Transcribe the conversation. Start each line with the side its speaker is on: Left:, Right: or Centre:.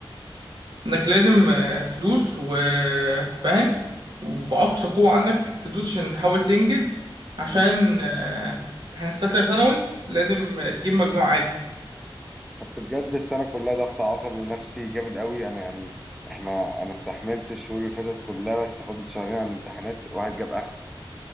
Right: انك لازم آه، تدوس وفاهم وبأقصى قوة عندك تدوس عشان تحاول تنجز عشان
Centre: مم.
Right: آه، احنا في تالتة ثانوي لازم تجيب مجموع عالي
Centre: بس بجد السنه كلها ضغط عصبي ونفسي جامد قوي انا يعني احنا انا استحملت الشهور اللي فاتت كلها بس فاضل شهرين على الامتحانات واحد جاب اخره